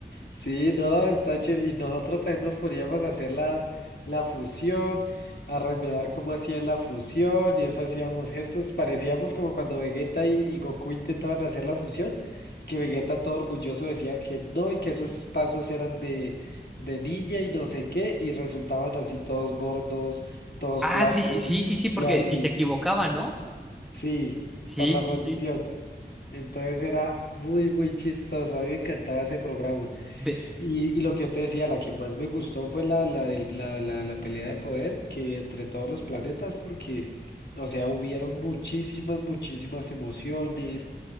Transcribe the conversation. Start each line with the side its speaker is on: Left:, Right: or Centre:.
Left: Sí, no, está chévere. Y nosotros también nos poníamos a hacer la, la fusión, a remedar cómo hacían la fusión, y eso hacíamos gestos. Parecíamos como cuando Vegeta y, y Goku intentaban hacer la fusión, que Vegeta todo orgulloso decía que no y que esos pasos eran de, de niña y no sé qué, y resultaban así todos gordos, todos
Centre: Ah,
Left: flacos,
Centre: sí, sí, sí, sí, porque
Left: y así,
Centre: si se equivocaba, ¿no?
Left: sí,
Centre: Sí,
Left: por la
Centre: sí,
Left: posición.
Centre: sí.
Left: Entonces era muy, muy chistoso. A mí me encantaba ese programa.
Centre: De...
Left: Y, y lo que yo te decía, la que más me gustó fue la, la, del, la, la, la pelea de poder que entre todos los planetas, porque, o sea, hubieron muchísimas, muchísimas emociones.